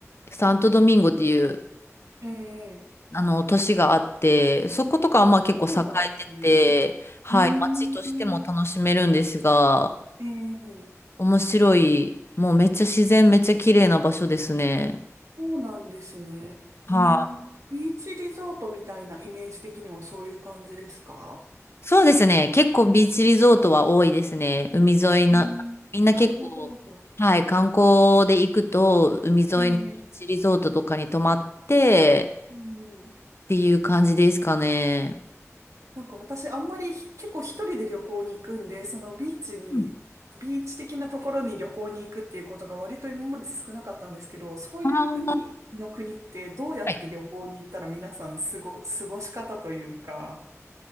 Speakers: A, on the left (about 50°); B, on the right (about 75°).
A: サントドミンゴっていう
B: ええ。
A: あの都市があって、そことかはまあ結構栄えてて、
B: そうなんですね。
A: はい、
B: うーん。
A: 街としても楽しめるんですが、
B: ええ、
A: 面白い、もうめっちゃ自然めっちゃ綺麗な場所ですね。
B: そうなんですね。うーん。
A: はい
B: ビーチリゾートみたいなイメージ的にはそういう感じですか
A: そうですね。結構ビーチリゾートは多いですね。海沿いな、
B: うん。
A: みんな結構、
B: なるほど。
A: はい、観光で行くと、海沿いのビーチリゾートとかに泊まって、
B: ええ、うん。
A: っていう感じですかね。
B: なんか私あんまりひ結構一人で旅行に行くんで、そのビーチに、
A: うん
B: ビーチ的なところに旅行に行くっていうことが割と今まで少なかったんですけど、そういう海の国ってどうやって旅行に行ったら皆さん過ご、
A: あーはい
B: 過ごし方というか。